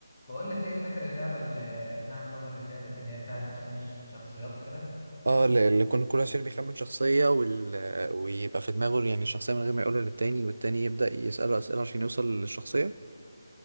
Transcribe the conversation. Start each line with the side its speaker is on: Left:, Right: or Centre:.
Left: بقول لك ايه فاكر اللعبة اللي لعبناها المرة اللي فاتت اللي هي بتاعة تخمين الشخصيات وكده
Right: اه ل- اللي كل كل واحد فينا بيخمن شخصية وال... ويبقى في دماغه يعني الشخصية من غير ما يقولها للتاني والتاني يبدأ يسأله أسئلة عشان يوصل للشخصية